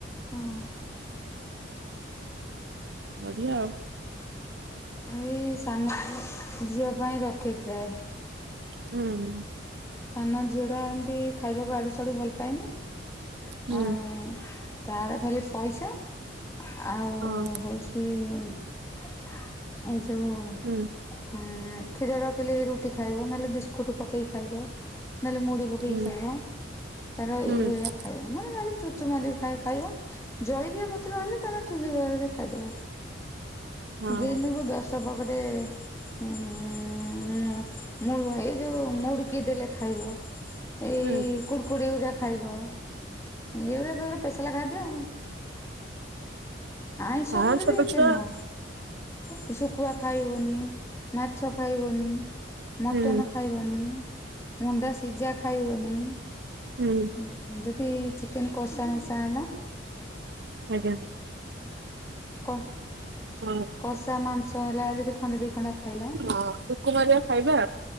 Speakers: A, on the left (about 15°); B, on the right (about 60°).
A: ହଉଁ
B: ବଢ଼ିଆ ଆଉ।
A: ଏଇ ସାନ ଝିଅ ପାଇଁ ରଖେ ପ୍ରାୟ।
B: ହୁଁ ହୁଁ।
A: ସାନ ଝିଅଟା ଏମିତି ଖାଇବାକୁ ଆଡ଼ୁ ସାଡ଼ୁ ଭଲ ପାଏନି।
B: ହୁଁ।
A: ଆଁ ତାର ଖାଲି ପଇସା ଆଉ
B: ହଁ।
A: ହଉଛି ଏଇ ଯୋଉ
B: ହୁଁ
A: ହୁଁ କ୍ଷୀର ରଖିଲେ ରୁଟି ଖାଇବ ନହେଲେ ବିସ୍କୁଟ ପକେଇକି ଖାଇବ। ନହେଲେ ମୁଢ଼ି ପକେଇ
B: ହୁଁ।
A: ଖାଇବ। ତାର
B: ହୁଁ
A: ଏଇଭଳିଆ ଖାଇବା। ମନେ ମାରି ଚୁଚୁ ମାରିଆ ଖାଇ ଖାଇବ। ଜଳି ଜଳଖିଆ ପତ୍ର ହେଲେ ତାର ଠିକ୍ ଭାବରେ ଖାଇଦବ।
B: ହଁ
A: ଦିନକୁ ଦଶ୍ ଦବ ଗୋଟେ ଉଁ ମୁଡୁ ଏଇ ଯୋଉ ମୁଡୁକି ଦେଲେ ଖାଇବ ଏଇ
B: ହୁଁ
A: କୁରୁକୁଡି ଉରା ଖାଇବ ଏଉରା ତାର ସ୍ପେସିଆଲ ଖାଦ୍ୟ ଆଉ। ଆଇଁଷ
B: ହଁ
A: ଉପରେ
B: ଛୋଟ
A: ବି ଏତେ
B: ଛୁଆ
A: ନୁହଁ। ହୁଁ ଶୁଖୁଆ ଖାଇବନି ମାଛ ଖାଇବନି। ମଟନ୍
B: ହୁଁ
A: ଖାଇବନି ଅଣ୍ଡା ସିଝା ଖାଇବନି।
B: ଏ
A: ଉଁ ଯଦି ଚିକେନ୍ କଷା ମସା ହେଲା।
B: ଆଜ୍ଞା
A: କହ
B: ହଁ
A: କଷା ମାଂସ ହେଲା ଯଦି ଖଣ୍ଡ ଦି ଖଣ୍ଡ ଖାଇଲା।
B: ହଁ ଶକୁମାରିଆ ଖାଇବା।